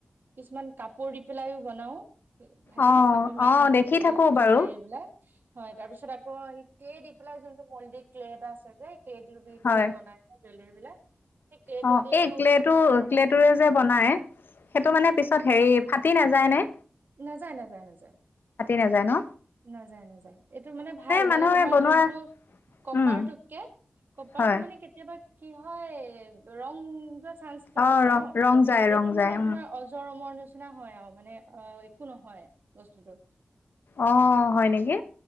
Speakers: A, on the right; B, on the left.
A: কিছুমান কাপোৰ দি পেলাইও বনাও। থাকে
B: অ'
A: ন কাপোৰ মেকিং
B: অ' দেখি
A: বিলাক
B: থাকো
A: জুৱেলৰী
B: বাৰু
A: বিলাক হয় তাৰ পিছত আকৌ দি। যোনটো মল্ডিক ক্লে এটা আছে যে ক্টো দি
B: হয়।
A: পেলাই বনাই জুৱেলৰী বিলাক। সেই ক্লেটো
B: অ,
A: দিও
B: এই ক্লেটু -
A: বনাইছো
B: ক্লেটুৰে যে বনাই। সেইটো মানে পিছত হেৰি ফাটি নাযায় নে?
A: নাযায়-নাযায়-নাযায়।
B: নাজানো
A: নাযায়-নাযায় এইটো মানে ভাল
B: মানুহে
A: মানে তোমাৰ
B: বনোৱা
A: যোনটো কপাৰটোতকে-কপাৰটো
B: উম হয়
A: মানে কেতিয়াবা কি হয় ৰং য চানসটো
B: অ
A: থাকে
B: ৰং
A: ন
B: ৰং যায়
A: এইটো
B: ৰং
A: মানে
B: যায় উম
A: তোমাৰ অজৰমৰ নিচনা হয় আৰু মানে অ একো নহয় বস্তুটো।
B: অ, হয় নেকি